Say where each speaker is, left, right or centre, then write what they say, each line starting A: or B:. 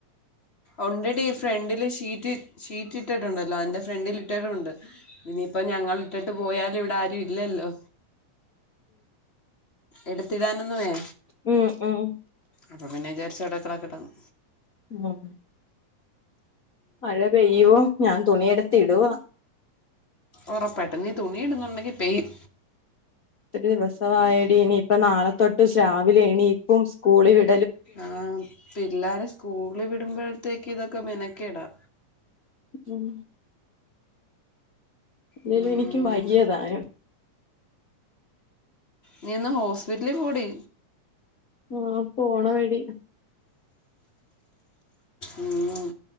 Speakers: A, on the left; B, on the left.
A: ഒണ്ടെടീ. ഫ്രണ്ട്ല് ഷീറ്റ് ഷീറ്റ് ട്ടിട്ടുണ്ടല്ലോ അന്റെ ഫ്രണ്ടില് ഇട്ടിട്ടുണ്ട്. ഇനിയിപ്പോ ഞങ്ങള് ഇട്ടിട്ട് പോയാലും ഇവിടെ ആരും ഇല്ലല്ലോ. എടുത്തിടാനൊന്നുമേ
B: ഉം ഉം
A: അപ്പൊ പിന്നെ ചാരിച്ചു അവ്ടെ കെടക്കട്ടെന്ന്
B: ഉം. മഴ പെയ്യുവോ ഞാ തുണിയെടുത്ത് ഇടുവാ
A: ഒറപ്പായിട്ടും. നീ തുണി ഇട്ന്നുണ്ടെങ്കി പെയ്യും.
B: ത്ര ദിവസ വായടീ. നി ഇപ്പം നാളെത്തൊട്ട് ശാവിലെ എണീപ്പും സ്കൂളി വി
A: ആഹ്. പിള്ളാരെ സ്കൂളി വിടുമ്പോഴത്തേക്കും ഇതൊക്കെ മെനക്കേടാ
B: ഉം ല്ലേലും
A: ഉം.
B: എനിക്ക് വയ്യതാനും.
A: നീ ഒന്ന് ഹോസ്പിറ്റലി പോടി.
B: ആഹ്. പോണമെടി
A: ഉം